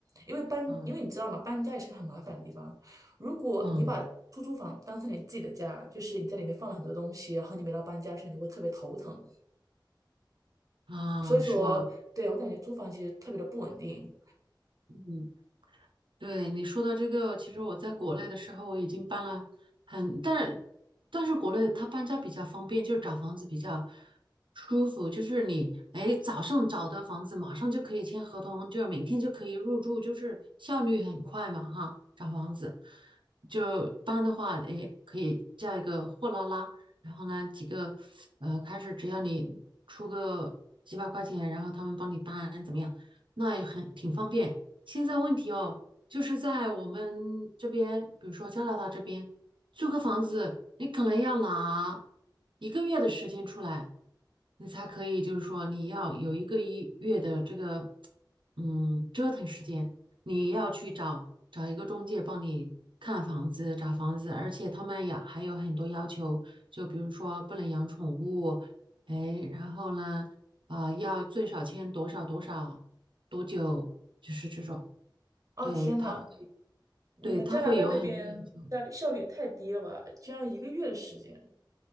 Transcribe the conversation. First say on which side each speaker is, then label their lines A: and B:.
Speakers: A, on the right; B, on the right.
A: 因为搬因为你知道嘛，
B: 嗯
A: 搬家也是个很麻烦的地方，如果你把出租房当成你自己的家，
B: 嗯
A: 就是你在里面放了很多东西，然后你每到搬家的时候，你就会特别头疼。
B: 啊，
A: 所以说，
B: 是吧？
A: 对，我感觉租房其实特别的不稳定。
B: 嗯，对你说的这个，其实我在国内的时候我已经搬了很，但是但是国内它搬家比较方便，就是找房子比较舒服，就是你哎早上找的房子马上就可以签合同，就是明天就可以入住，就是效率很快嘛哈。找房子就搬的话，哎可以叫一个货拉拉，然后呢几个呃开始只要你出个几百块钱，然后他们帮你搬怎么样，那也很挺方便。现在问题哦。就是在我们这边，比如说加拿大这边，租个房子，你可能要拿一个月的时间出来，你才可以，就是说你要有一个一月的这个，嗯，折腾时间，你要去找找一个中介帮你看房子、找房子，而且他们也还有很多要求，就比如说不能养宠物，哎，然后呢，啊、要最少签多少多少多久，就是这种。
A: 啊，
B: 对，
A: 天呐，
B: 他会。
A: 你们加拿大那边效率效率也太低了吧？
B: 对，他会有很多要求。
A: 居然一个月的时间。